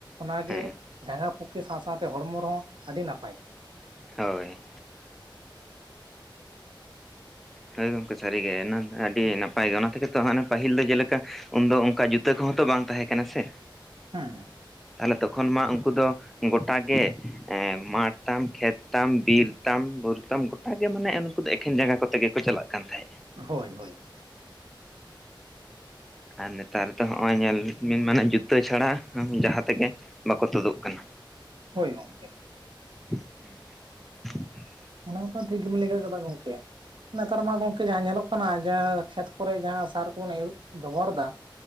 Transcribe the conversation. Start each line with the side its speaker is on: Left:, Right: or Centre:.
Right: ᱚᱱᱟᱜᱮ
Centre: ᱦᱮᱸ
Right: ᱡᱟᱸᱜᱟ ᱯᱩᱠᱠᱷᱮ ᱥᱟᱶ ᱥᱟᱶᱛᱮ ᱦᱚᱲᱢᱚ ᱨᱮᱦᱚᱸ ᱟᱹᱰᱤ ᱱᱟᱯᱟᱭᱟ᱾
Centre: ᱦᱳᱭ᱾ ᱦᱳᱭ ᱜᱚᱝᱠᱮ ᱥᱟᱹᱨᱤ ᱜᱮ ᱟᱹᱰᱤ ᱱᱟᱯᱟᱭ ᱜᱮ ᱚᱱᱟ ᱛᱮᱜᱮ ᱛᱚ ᱯᱟᱹᱦᱤᱞ ᱫᱚ ᱡᱮᱞᱮᱠᱟ᱾ ᱩᱱᱫᱚ ᱚᱱᱠᱟ ᱡᱩᱛᱟᱹ ᱠᱚᱦᱚᱸ ᱛᱚ ᱵᱟᱝ ᱛᱟᱦᱮᱸ ᱠᱟᱱᱟ ᱥᱮ?
Right: ᱦᱮᱸ᱾
Centre: ᱛᱟᱦᱚᱞᱮ ᱛᱚᱠᱷᱚᱱ ᱢᱟ ᱩᱱᱠᱩ ᱫᱚ᱾ ᱜᱚᱴᱟ ᱜᱮ ᱢᱟᱴᱷ ᱛᱟᱢ ᱠᱷᱮᱛ ᱛᱟᱢ ᱵᱤᱨ ᱛᱟᱢ ᱵᱩᱨᱩ ᱛᱟᱢ᱾ ᱜᱚᱴᱟ ᱜᱮ ᱢᱟᱱᱮ ᱩᱱᱠᱩ ᱫᱚ ᱮᱠᱷᱮᱱ ᱡᱟᱸᱜᱟ ᱠᱚᱛᱮ ᱜᱮᱠᱚ ᱪᱟᱞᱟᱜ ᱠᱟᱱ ᱛᱟᱦᱮᱸᱫ᱾
Right: ᱦᱳᱭ ᱦᱳᱭ᱾
Centre: ᱟᱨ ᱱᱮᱛᱟᱨ ᱫᱚ ᱦᱚᱸᱜᱼᱚᱭ ᱧᱮᱞ ᱵᱤᱱ ᱢᱟᱱᱮ ᱡᱩᱛᱟᱹ ᱪᱷᱟᱰᱟ᱾ ᱦᱩᱢ ᱡᱟᱦᱟᱸ ᱛᱮᱜᱮ ᱵᱟᱠᱚ ᱛᱩᱫᱩᱜ ᱠᱟᱱᱟ᱾
Right: ᱦᱳᱭ ᱜᱚᱝᱠᱮ
Centre: <inaudible>
Right: ᱚᱱᱟ ᱢᱟᱛᱚ ᱴᱷᱤᱠ ᱜᱮᱵᱮᱱ ᱞᱟᱹᱭ ᱠᱟᱫᱟ ᱜᱚᱝᱠᱮᱼᱼ ᱱᱮᱛᱟᱨ ᱢᱟ ᱜᱚᱝᱠᱮ ᱡᱟᱦᱟᱸ ᱧᱮᱞᱚᱜ ᱠᱟᱱᱟ ᱡᱟᱦᱟᱸ ᱠᱷᱮᱛ ᱠᱚᱨᱮ ᱡᱟᱦᱟᱸ ᱥᱟᱨ ᱠᱚᱵᱚᱱ ᱵᱮᱵᱚᱦᱟᱨ ᱫᱟ,